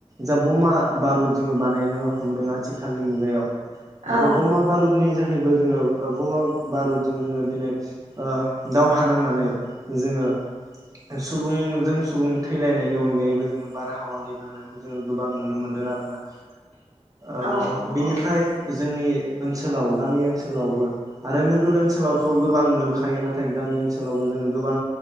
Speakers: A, on the right; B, on the right.
A: जा बमा बारुद जोङो बानायनो हमदों आथिखालनि मुगायावा
B: औ
A: बमा बारुदनि जोहै बो जोङो ओ बमा बारुदजों जोङो दिनै ओ दावहा नांनानै जोङो ए सुबुंजों सुबुं थैलायनायनि अनगायैबो जोङो बारहावा गेबेंनायखौ जोङो गोबां नुनो मोनदों आरोना
B: <inaudible>
A: ओ
B: औ नंगौ
A: बिनिफ्राय जोंनि ओनसोलाव गामि ओनसोलावबो आरो नोगोर ओनसोलावथ' गोबां दोंखायो नाथाय गामि गामि ओनसोलावबो जोङो गोबां